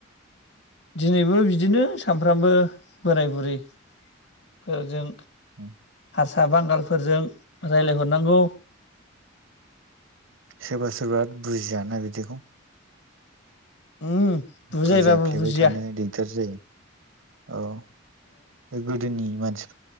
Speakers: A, on the left; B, on the right.
A: दिनैबो बिदिनो सामफ्रामबो बोराय बुरैफोरजों
B: ओम
A: साहा बांगालफोरजों रायजलायहरनांगौ।
B: सोरबासोरबा बुजिया ना बिदिखौ
A: उम बुजायबाबो
B: बुजायफ्लेबाय
A: बुजिया
B: थानो दिगदार जायो। औ गोदोनि मानस